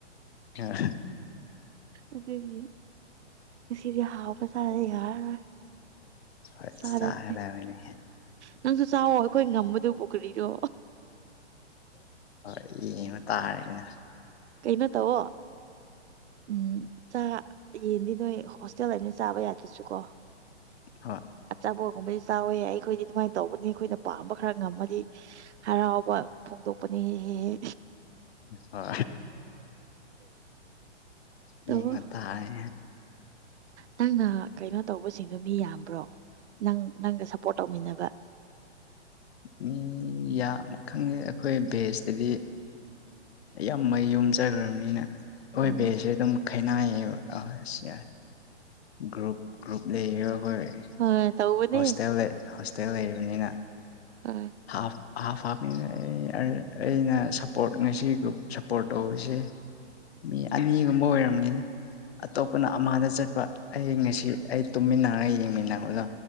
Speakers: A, on the left; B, on the right.
A: ꯑ
B: ꯑꯗꯨꯒꯤ ꯉꯁꯤꯗꯤ ꯍꯥꯎꯕ ꯆꯥꯔꯗꯤ ꯌꯥꯔꯔꯣꯏ
A: ꯍꯣꯏ
B: ꯆꯥꯗꯣꯏꯅꯦ
A: ꯆꯔꯕꯅꯦ
B: ꯅꯪꯁꯨ ꯆꯥꯛꯑꯣ ꯑꯩꯈꯣꯏ ꯉꯝꯕꯗꯨ ꯄꯨ ꯀ꯭ꯔꯤꯗꯣ
A: ꯍꯣꯏ ꯏꯕ ꯇꯥꯔꯦꯅ
B: ꯀꯩꯅꯣ ꯇꯑꯣꯣ ꯎꯝꯥ ꯌꯦꯟꯗꯤ ꯅꯣꯏ ꯍꯣꯁꯇꯦꯜ ꯍꯥꯏꯕꯅ ꯆꯥꯕ ꯌꯥꯗ꯭ꯔꯁꯨꯀꯣ
A: ꯍ
B: ꯊꯕꯣꯒꯨꯝꯕꯗꯤ ꯆꯥꯎꯋꯦ ꯑꯩꯈꯣꯏꯗꯤ ꯑꯗꯨꯃꯥꯏꯅ ꯇꯧꯕꯅꯤ ꯑꯩꯈꯣꯏꯅ ꯄꯥꯝꯕ ꯈꯔ ꯉꯝꯃꯗꯤ ꯍꯔꯥꯎꯕ ꯐꯣꯡꯗꯣꯛꯄꯅꯤꯍ
A: ꯍ
B: ꯇꯧꯋꯣ
A: ꯌꯦ ꯉ ꯇꯥꯏ
B: ꯅꯪꯅ ꯀꯩꯅꯣ ꯇꯧꯕꯁꯤꯡꯗꯣ ꯃꯤ ꯌꯥꯝꯕ꯭ꯔꯣ ꯅꯪ ꯅꯪꯒ ꯁꯞꯄꯣꯔꯠ ꯇꯧꯃꯤꯟꯅꯕ
A: ꯃꯤ ꯌꯥꯝ ꯈꯪꯉꯦ ꯑꯩꯈꯣꯏ ꯕꯦꯖꯇꯗꯤ ꯌꯥꯝꯌꯥꯝ ꯃꯩ ꯌꯨꯝ ꯆꯈ꯭ꯔꯕꯅꯤꯅ ꯑꯩꯣꯏ
B: ꯎꯝ
A: ꯕꯦꯁꯦ ꯑꯗꯨꯝ ꯈꯩꯅꯥꯏꯌꯦꯕ ꯑ ꯁꯤ ꯒ꯭ꯔꯨꯞ ꯒ꯭ꯔꯨꯞ ꯂꯩꯌꯦꯕ ꯍꯣꯏ
B: ꯍꯣꯏ ꯇꯧꯕꯅꯦ
A: ꯍꯣꯁꯇꯦꯜ ꯍꯣꯁꯇꯦꯜ ꯂꯩꯔꯤꯕꯅꯤꯅ
B: ꯎꯝ
A: ꯍꯥ ꯍꯥꯞ ꯍꯥꯥꯞꯅꯤꯅ ꯑꯩꯅ ꯁꯞꯄꯣꯔꯠ ꯉꯁꯤ ꯒ꯭ꯔꯨꯞ ꯁꯞꯄꯣꯔꯠ ꯇꯧꯕꯔꯤꯁꯦ ꯃꯤ ꯑꯅꯤꯒꯨꯝꯕ ꯑꯣꯏꯔꯕꯝꯅꯤꯗ ꯑꯇꯣꯞꯄꯅ ꯑꯃꯥꯗ ꯆꯠꯄ ꯑꯩ ꯉꯁꯤ ꯑꯩ ꯇꯨꯝꯃꯤꯟꯅꯔꯒ ꯌꯦꯡꯃꯤꯟꯅꯕꯗꯣ